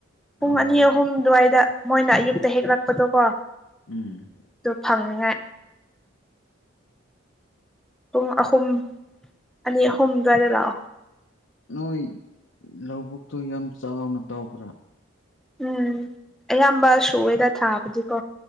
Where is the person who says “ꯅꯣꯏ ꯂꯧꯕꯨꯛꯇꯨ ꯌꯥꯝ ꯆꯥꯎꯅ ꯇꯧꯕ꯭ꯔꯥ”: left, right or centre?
Left